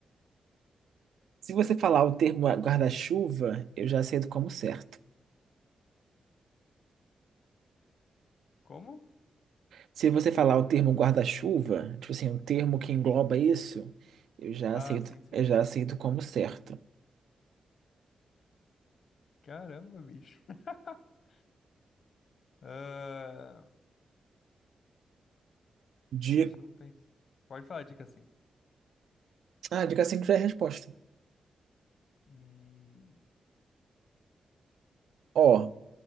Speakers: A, on the right (about 80°); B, on the left (about 70°).
A: Se você falar o termo guarda-chuva, eu já aceito como certo.
B: Como?
A: Se você falar o termo guarda-chuva, tipo assim, um termo que engloba isso, eu já
B: Ah,
A: aceito,
B: sim, sim.
A: eu já aceito como certo.
B: Caramba, bicho. <laughs> Ah,
A: Dica,
B: deixa eu penso. Pode falar, a dica 5.
A: ah, dica 5 já é a resposta.
B: Hum,
A: Ó,